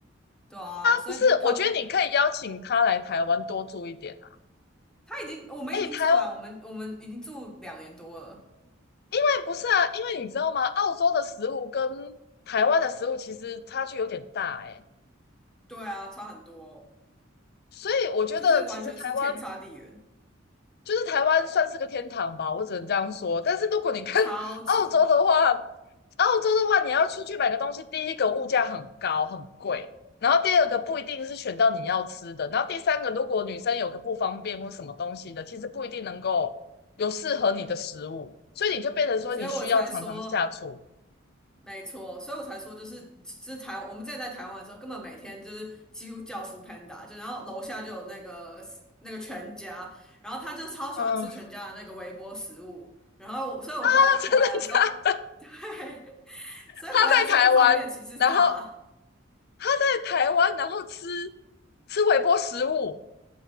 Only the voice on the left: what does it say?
不是，我觉得你可以邀请他来台湾多住一点啊。
哎，台湾哎不是啊，因为你知道吗？澳洲的食物跟台湾的食物其实差距有点大哎、
所以我觉得其实台湾
就是台湾算是个天堂吧，我只能这样说。但是如果你看
<laughs> 澳洲的话，澳洲的话，你要出去买个东西，第一个物价很高很贵，然后第二个不一定是选到你要吃的，然后第三个，如果女生有个不方便或什么东西的，其实不一定能够有适合你的食物，所以你就变成说你需要常常下厨。
嗯，<laughs>
他真的假？
他在台湾，
然后他在台湾，然后吃吃微波食物。